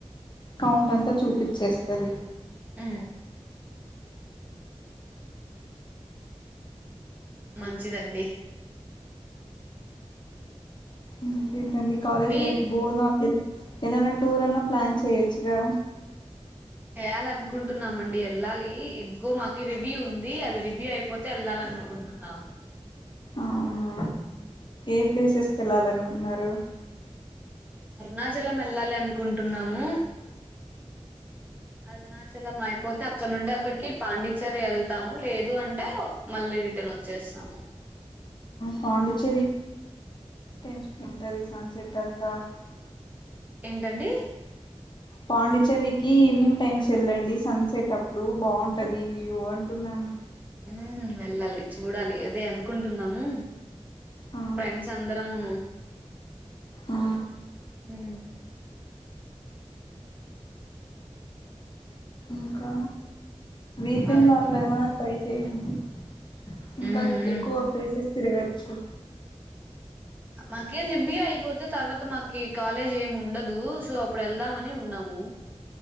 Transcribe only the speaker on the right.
ఉ మంచిదండి
మీరు
చేయాల అనుకుంటున్నామాండీ వెళ్ళాలి ఇదిగో మాకి రివ్యూ ఉంది అది రివ్యూ అయిపోతే ఏళ్ళాల అనుకుంటున్నాము
అరుణాచలం ఏళ్లాలి అనుకుంటున్నాము అరుణాచల్ చలం అయిపోతే అక్కడ నుండి అక్కడికి పాండిచరి ఏళ్తాము లేదు అంటే మళ్ళీ రిటన్ వచ్చేస్తాము.
ఏంటండి
ఉ వెళ్ళాలి చూడాలి అదే అనుకుంటున్నాము
ఫ్రెండ్స్ అందరమును
ఉ
పాలండి
ఉమ్ ఉమ్
మాకి రివ్యూ అయిపోతే తర్వాత మాకు కాలేజ్ ఏమ్ ఉండదు సో అప్పుడు వెళ్దామని ఉన్నాము